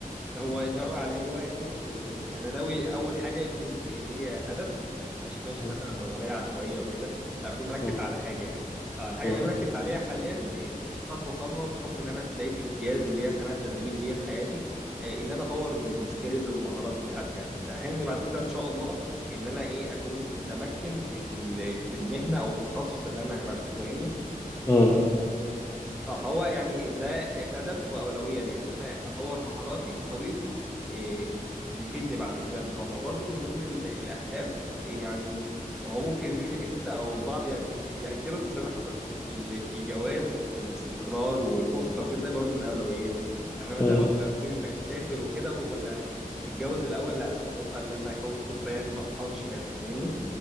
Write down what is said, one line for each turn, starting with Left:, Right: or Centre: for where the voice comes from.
Centre: هو ناوي على ايه دلوقتي إيه، انا ناوي اول حاجه يكون ليا هدف ما بقاش ماشي
Left: مم.
Centre: مثلا بطريقه عشوائيه وكده لا اكون مركز
Left: مم.
Centre: على حاجه يعني اه الحاجه
Left: مم.
Centre: اللي أنا مركز عليها حاليا إيه، خطوه خطوه بحكم ان انا في بدايه امتياز اللي هي سنه تدريب ليا في حياتي إيه، ان انا اطور من السكيلز والمهارات بتاعتي يعني اللي تاهلني بعد كده ان شاء الله ان انا ايه اكون متمكن في ال- في المهنه او التخصص اللي انا همارسه فاهمني
Left: مم.
Centre: اه فهو يعني ده هدف واولويه ليا ان انا اطور مهاراتي كطبيب إيه، يفيدني بعد كده ان شاء الله برضو من ضمن ال- الاهداف آه، يعني هو ممكن <laughs> انت او البعض يعني ياجله بس انا حاطط ال- الجواز والاستقرار والاسره وكده برضو من اولوياتي يعني انا
Left: مم.
Centre: مثلا لو خيرتني انك تسافر وكده ولا تتجوز الاول لا انا حاططها ان انا اكون اسره يعني ما اخرش نفسي فاهمني